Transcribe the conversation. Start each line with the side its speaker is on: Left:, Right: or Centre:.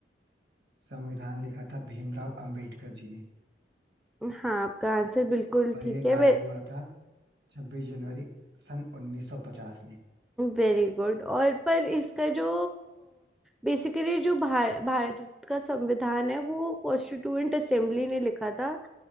Right: संविधान लिखा था भीमराव अंबेडकर जी ने
Centre: हाँ आपका आंसर बिल्कुल
Right: और
Centre: ठीक
Right: ये लागू
Centre: है वे
Right: हुआ था छब्बीस जनवरी सन 1950 में
Centre: वेरी गुड और पर इसका जो बेसिकली जो भार, भारत का संविधान है वो कॉन्स्टिट्यूएंट असेंबली ने लिखा था